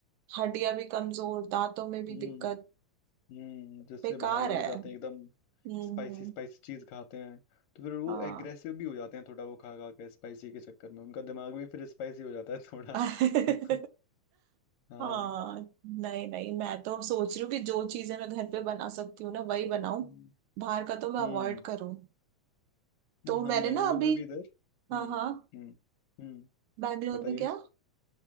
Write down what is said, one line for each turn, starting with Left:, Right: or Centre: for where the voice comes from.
Right: हड्डियां भी कमजोर दांतों में भी
Left: हम्म
Right: दिक्कत
Left: हम्म जैसे
Right: बेकार
Left: बाहर लोग
Right: है
Left: जाते हैं एकदम
Right: हम्म
Left: स्पाइसी स्पाइसी चीज खाते हैं तो फिर वो
Right: हाँ
Left: एग्रेसिव भी हो जाते हैं थोड़ा वो खा खा के स्पाइसी के चक्कर में उनका दिमाग भी फिर स्पाइसी हो जाता है थोड़ा
Right: <laughs>
Left: <laughs> हाँ
Right: हाँ नहीं नहीं मैं तो सोच रही हूँ कि जो चीजें मैं घर पे बना सकती हूँ ना वही बनाऊं
Left: हम्म
Right: बाहर का तो मैं
Left: हम्म,
Right: अवॉइड करूँ तो
Left: हम
Right: मैंने
Left: बेंगलोर
Right: ना अभी
Left: में भी इधर
Right: हाँ
Left: हम्म
Right: हाँ
Left: हम्म हम्म
Right: बैंगलोर
Left: बताइए
Right: में क्या